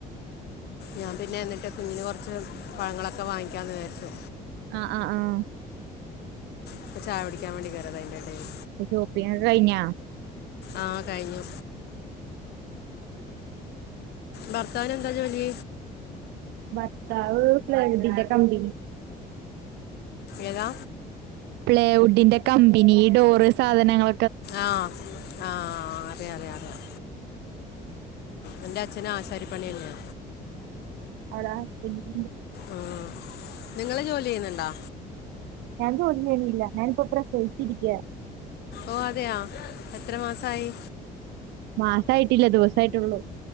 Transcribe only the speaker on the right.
ആഹ് ആഹ് ആഹ്
ഷോപ്പിങൊക്കെ കഴിഞ്ഞ
ഭർത്താവ് പ്ലേയൂറ്റിന്റെ കമ്പനി
പ്ലേവുഡിന്റെ കമ്പനി ഡോറ് സാധനങ്ങ-
<unintelligible>
ഞാൻ ജോലി ചെയ്യ്ണില്ല. ഞാനിപ്പൊ പ്രെസവിച്ച് ഇരിക്കാ.
മാസായിട്ടില്ല. ദിവസായിട്ടൊള്ളു.